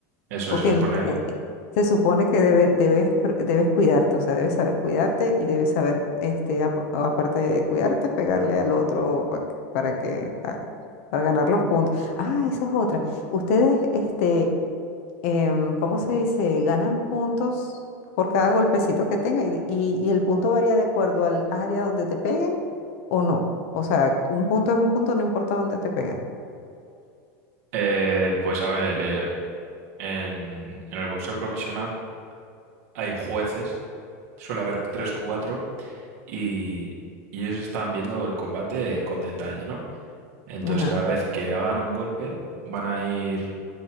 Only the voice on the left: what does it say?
Porque
en- eh, se supone que debe- debes, pr- debes cuidarte, o sea, debes saber cuidarte y debes saber, este, ap- aparte de cuidarte, pegarle al otro pa que- para que, ah, para ganar los puntos. Ah, esa es otra. Ustedes, este em, ¿cómo se dice? Ganan puntos por cada golpecito que tenga y, y- y el punto varía de acuerdo al área donde te peguen o no. O sea, un punto es un punto, no importa dónde te pegan.
Ajá,